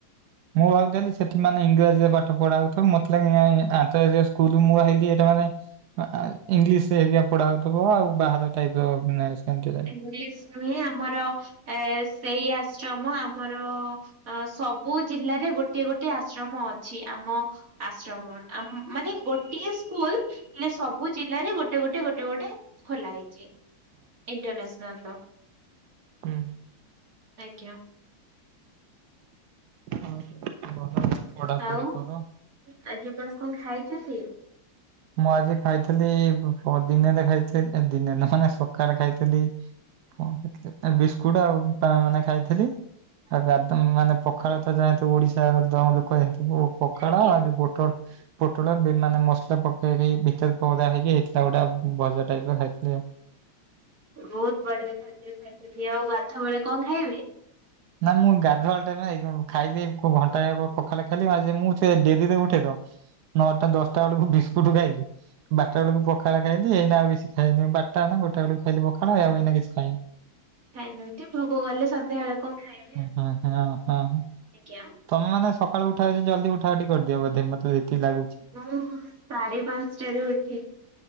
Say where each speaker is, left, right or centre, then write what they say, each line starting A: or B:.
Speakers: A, on the right (about 65°); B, on the right (about 45°).
A: ମୁଁ ଭାବୁଥେଲି ସେଠି ମାନେ ଇଂରାଜୀରେ ପାଠ ପଢାହଉଥିବ ମତେ ଲାଗିଲା ଇଁ ଆନ୍ତର୍ଜାତୀୟ ସ୍କୁଲୁ ମୁଁ ଭାବିଲି ଏଇଟା ମାନେ। ଅ ଆଁ ଇଂଲିଶ ହେରିକା ପଢା ହଉଥିବ ଆଉ ବାହାର ଟାଇପର ମାନେ
B: ଇଂଲିଶ ନୁହେଁ ଆମର। ଏ ସେଇ ଆଶ୍ରମ ଆମର ଅ ସବୁ ଜିଲ୍ଲାରେ ଗୋ ଗୋଟିଏ ଗୋଟେ ଆଶ୍ରମ ଅଛି ଆମ ଆଶ୍ରମ ଆମ ମାନେ ଗୋଟିଏ ସ୍କୁଲ ହେଲେ ସବୁ ଜିଲ୍ଲାରେ ଗୋଟେ ଗୋଟେ ଗୋଟେ ଗୋଟେ ଖୋଲା ହେଇଚି। ଇଣ୍ଟରନ୍ୟାସନଲର
A: ହଁ।
B: ଆଜ୍ଞା।
A: ହଁ ଭଲ ପଢାପଢି
B: ଆଉ
A: କର।
B: ଆଜି ଆପଣ କଣ ଖାଇଛନ୍ତି?
A: ମୁଁ ଆଜି ଖାଇଥିଲି ପ ଦିନରେ ଖାଇଥିଲି ଦିନେରେ ମାନେ ସକାଳେ ଖାଇଥିଲି। କଣ ଖାଇଥିଲି ବିସ୍କୁଟ ଆଉ ପା ମାନେ ଖାଇଥିଲି। ଆଉ ଗାଦ ମାନେ ପଖାଳ ତ ଯାଆନ୍ତୁ ଓଡିଶା <unintelligible> ଓ ପଖାଳ
B: ଆଜ୍ଞା
A: ଆଉ ଯୋଉ ପୋଟଳ ପୋଟଳ ବି ମାନେ ମସଲା ଫ ସେ ବି ଭିତରେ କରା ହେଇକି ହେଇଥିଲା ଗୋଟେ ଭଜା ଟାଇପ ଖାଇଥିଲି ଆଉ।
B: ବହୁତ ବଢିଆ ଖାଦ୍ୟ ଖାଇଚନ୍ତି ଆଉ ଗାଧୁଆବେଳେ କଣ ଖାଇବେ?
A: ନା ମୁଁ ଗାଧୁଆଳ ଟାଇମ୍ ଖାଇବି କଉ ଘଣ୍ଟାଏ ହବ ପଖାଳ ଖାଇଲି ଆଜି ମୁଁ ସେ ଡେରିରେ ଉଠେତ। ନଅଟା, ଦଶଟା ବୁଳୁକୁ ବିସ୍କୁଟ ଖାଇଲିି। ବାରଟା ବେଳକୁ ପଖାଳ ଖାଇଲି ଏଇନା ଆଉ କିଛି ଖାଇନି ବାରଟା ନା ଗୋଟାଏ ବେଳକୁ ଖାଇଲି ପଖାଳ ଆଉ ଏଇନା କିଛି ଖାଇନି।
B: ଖାଇନାହାନ୍ତି ଭୋବ କଲେ ସନ୍ଧ୍ୟା ବେଳେ କଣ ଖାଇ
A: <unintelligible>
B: ଏଜ୍ଞା।
A: ତମେ ମାନେ ସକାଳୁ ଉଠାଉ ଜଲଦି ଉଠା ଉଠି କରିଦିଅ ବୋଧେ ମତେ ଯେତିକି ଲାଗୁଛି।
B: ମୁଁ ସାଢେପାଞ୍ଚଟାରୁ ଉଠେ